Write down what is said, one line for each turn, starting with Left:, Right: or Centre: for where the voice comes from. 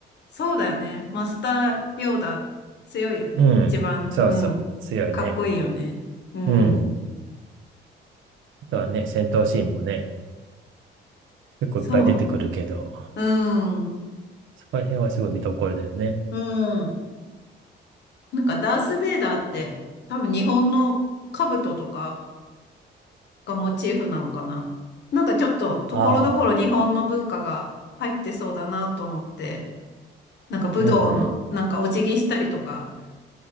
Left: そうだよね。マスターヨーダ強いよね。
Right: うん、
Left: 一番、
Right: そうそう、
Left: うん、
Right: 強いね。
Left: かっこいいよね。うん、
Right: うん。あとはね、戦闘シーンもね、結構いっぱい出てくるけど、
Left: そう、うん、
Right: そこら辺はすごい見どころだよね。
Left: うん。なんかダース・ベイダーって多分日本の兜とかがモチーフなのかな。なんかちょっとところどころ日本の文化が入ってそうだなと思って、
Right: ああ、
Left: なんか武道のなんかお辞儀したりとか、
Right: うんうん。